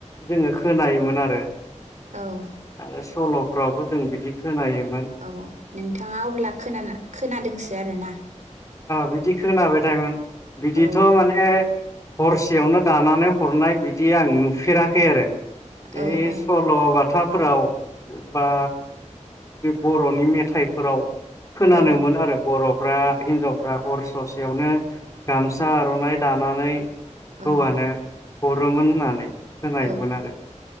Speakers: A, on the left; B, on the right.
A: जोंङो खोनायोमोन आरो।
B: औ।
A: आरो सलफ्रावबो जों बिदि खोनायो
B: औ नोंथांङा अब्ला खा खोनादोंसै दो आरो ना?
A: बिदि खोनाबाय थोन बिदिथ
B: औ
A: माने हरसेयावनो दानानै हरनाय बिदि आं नुफेराखै आरो। ए
B: औ औ
A: सल बाथा फोराव बा बरनि मेथाइफोराव खोनानो
B: औ
A: मोनो आरो बरफ <unintelligible> हिन्जावफ्रा हर ससेयावनो गामसा आरनाइ दानानै
B: औ
A: हवानो हरोमोन होननानै। खोनायोमोन
B: औ
A: आरो।